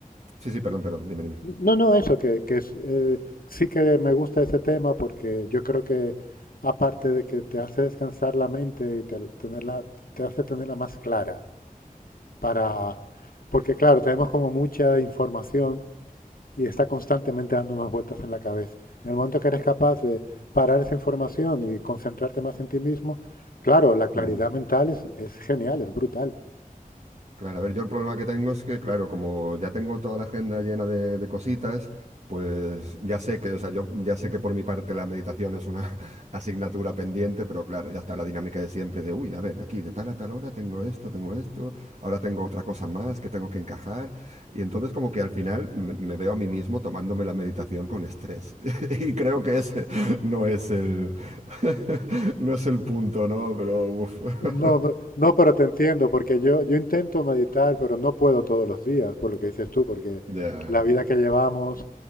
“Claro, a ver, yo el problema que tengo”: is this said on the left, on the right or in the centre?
Right